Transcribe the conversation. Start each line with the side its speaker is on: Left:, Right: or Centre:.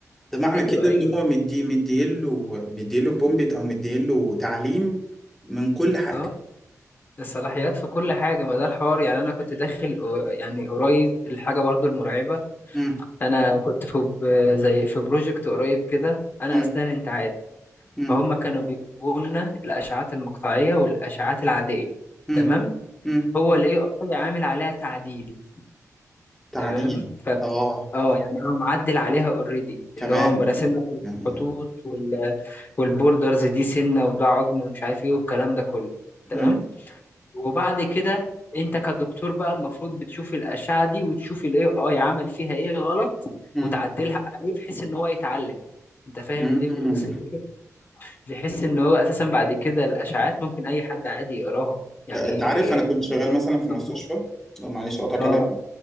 Centre: ده معنى
Left: ايوه
Centre: كده
Left: ايوه
Centre: ان هو مدي مديله مديله بومبيت او مديله تعليم من كل حاجة
Left: اه الصلاحيات في كل حاجه ما ده الحوار يعني انا كنت داخل آه، يعني قريب الحاجه برضو المرعبه
Centre: مم.
Left: انا كنت في ب- زي في بروجكت قريب كده انا
Centre: مم.
Left: اسنان انت عارف
Centre: مم.
Left: فهم كانوا بيجيبوا لنا الاشعات المقطعيه والاشعات العاديه
Centre: مم.
Left: تمام
Centre: مم.
Left: هو الاي اي عامل عليها تعديل
Centre: تعديل
Left: تمام
Centre: اه
Left: اه يعني هو معدل عليها اوريدي
Centre: كمان
Left: اللي هو مراسم لك
Centre: يعني
Left: الخطوط وال... والبوردرز دي سنه وده عظم ومش عارف ايه والكلام ده كله تمام
Centre: مم.
Left: وبعد كده انت كدكتور بقى المفروض بتشوف الاشعه دي وتشوف الاي اي عمل فيها ايه غلط
Centre: مم.
Left: وتعدلها عليه بحيث ان هو يتعلم انت فاهم
Centre: مم.
Left: الليفل وصل لايه بحيث ان هو اساسا بعد كده الاشعات ممكن اي حد عادي يقراها يعني
Centre: آه، انت عارف
Left: <laughs>
Centre: انا كنت
Left: مش
Centre: شغال مثلا
Left: محتاج
Centre: في
Left: دكتور.
Centre: مستشفى لا معلش اقطع كلام
Left: اه